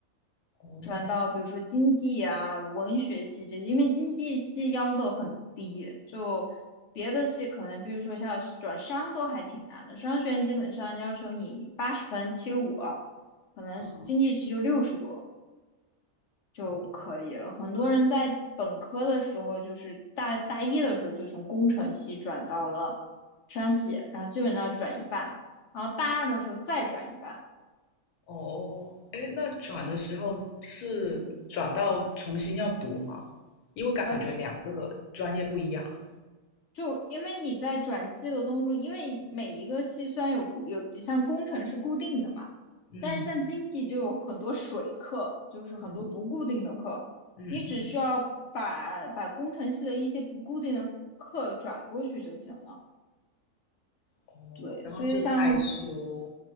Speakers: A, on the left; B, on the left.
A: 哦，
B: 转到比如说经济啊、文学系这些，因为经济系要求很低，就别的系可能，比如说像转商都还挺难的，商学院基本上要求你八十分、七十五，可能经济系就六十多
A: 哦，
B: 就可以了。
A: 嗯，
B: 很多人在本科的时候，就是大大一的时候就从工程系转到了商系，然后基本上转一半，然后大二的时候再转一半。
A: 哦，哎，那转的时候是转到重新要读吗？因为我感觉两个专业不一样啊
B: 呃就因为你在转系的东西，因为每一个系虽然有固有，像工程是固定的嘛，
A: 嗯
B: 但是像经济就有很多水课，就是很多不固定的课，
A: 嗯嗯，
B: 你只需要把把工程系的一些不固定的课转过去就行了。
A: 哦，
B: 对，
A: 然后就再修
B: 所以像